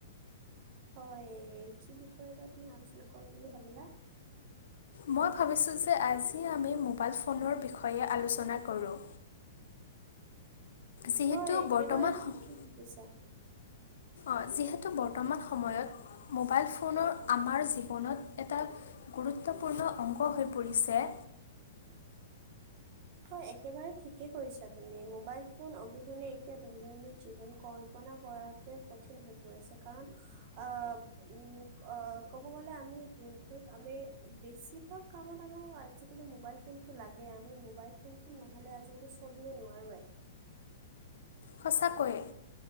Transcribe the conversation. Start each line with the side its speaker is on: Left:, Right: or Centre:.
Right: হয়, কি বিষয়ে বা তুমি আলোচনা কৰো বুলি ভাবিলা।
Left: মই ভাবিিচো যে আজি আমি মোবাইল ফোনৰ বিষয়ে আলোচনা কৰোঁ। যিহেতু
Right: হয়, একেবাৰে
Left: বৰ্তমান স-
Right: ঠিকে ভাবিছা।
Left: অ যিহেতু বৰ্তমান
Right: হয় কোৱা
Left: সময়ত মোবাইল ফোনৰ আমাৰ জীৱনত এটা গুৰুত্বপূৰ্ণ অংগ হৈ পৰিছে
Right: হয় একেবাৰে ঠিকে কৈছা তুমি মোবাইল ফোন অবিহনে এতিয়া দৈনন্দিন জীৱন ক পনা কৰাটোৱে কঠিন হৈ পৰিছে কাৰণ আহ উম অ ক'ব গলে আমি দিনটোত আমি বেছিভাগ কামত আমাৰ আজিকালি মোবাইল ফোনটো লাগে আমি মোবাইল ফোনটো নহলে আজিকালি চলিবও নোৱাৰোয়ে
Left: সঁচাকৈয়ে